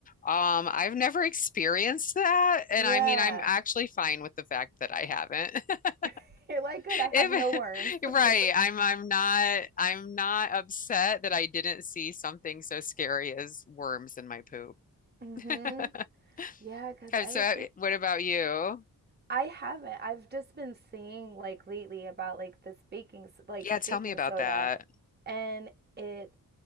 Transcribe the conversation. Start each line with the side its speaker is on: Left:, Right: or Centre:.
Left: um I've never experienced that. And
Right: Yeah.
Left: I mean, I'm actually fine with the fact that I haven't. <laughs>
Right: <laughs> You're like, good, I have
Left: If,
Right: no worms.
Left: <laughs> right,
Right: <laughs>
Left: I'm I'm not I'm not upset that I didn't see something so scary as worms in my poop.
Right: Mm-hmm.
Left: <laughs>
Right: Yeah, because
Left: Uh,
Right: I
Left: So,
Right: was
Left: uh,
Right: think
Left: what about you?
Right: I haven't. I've just been seeing like lately about like this baking s- like
Left: Yeah, tell
Right: baking
Left: me about
Right: soda
Left: that.
Right: and it